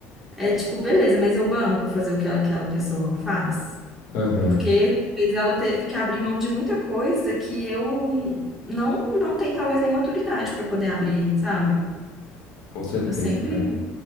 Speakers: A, in the centre; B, on the left (about 75°).
A: é tipo, beleza, mas eu banco fazer o que aquela pessoa faz?
B: Aham,
A: Porque talvez ela teve que abrir mão de muita coisa que eu não, não tenho talvez nem maturidade para poder abrir, sabe?
B: com certeza,
A: Eu sempre
B: cara.